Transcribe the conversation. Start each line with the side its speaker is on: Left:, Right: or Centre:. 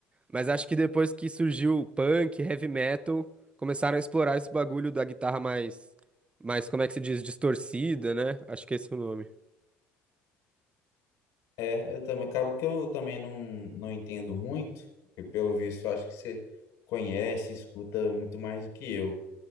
Right: mas acho que depois que surgiu o punk, heavy metal, começaram a explorar esse bagulho da guitarra mais, mais, como é que se diz, distorcida, né? Acho que esse é o nome.
Left: É, eu também, acaba que eu também não, não entendo muito, e pelo visto acho que você conhece, escuta muito mais do que eu.